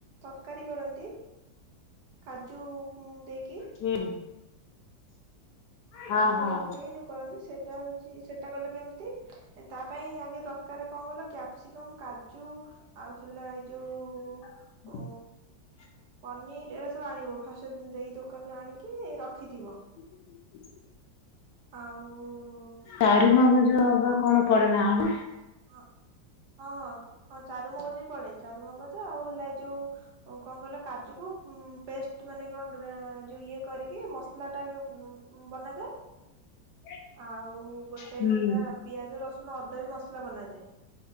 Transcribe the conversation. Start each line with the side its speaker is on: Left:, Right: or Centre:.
Right: ତରକାରୀ କରନ୍ତି କାଜୁ କୁଁ ଦେଇକି
Left: ହୁଁ। ହଁ
Right: କାଜୁ
Left: ହଁ
Right: ଫାଜୁ ପକେଇକି ଯୋଉ କରନ୍ତି ସେଟା ହୋ ଚି ସେଟା କଲେ କେମତି ତା ପାଇଁ ଆଗେ ଦରକାର କଣ କହିଲ କ୍ୟାପ୍ସିକମ କାଜୁ ଆଉ ହେଲା ଏଇ ଯୋଉ
Left: ହ
Right: ଉଁ
Left: <unintelligible>
Right: ପନିର ଏରା ସବୁ ଆଣିବ ଫାଷ୍ଟ ଜାଇକି ଦୋକାନରୁ ଆଣିକି ରଖିଥିବ।
Left: <unintelligible>
Right: ଆଉ
Left: ଚାରୁ ମଗଜ ବା କଣ ପଡେ ନା କଣ?
Right: ହଁ ହଁ ହଁ ଚାରୁମଗଜ ବି ପଡେ ଚାରୁମଗଜ ଆଉ ହେଲା ଏ ଯୋଉ କଣ କହିଲ କାଜୁକୁ ପେଷ୍ଟ ମାନେ କଣ ଗ୍ରା ଯଉ ଇଏ କରିକି ମସଲା ଟା ଉଁ ବନାଯାଏ।
Left: <unintelligible>
Right: ଆଉ ଗୋଟେ
Left: ହୁଁ
Right: ହେଲା ପିଆଜ ରସୁଣ ଅଦା ବି ମସଲା ବନାଯାଏ।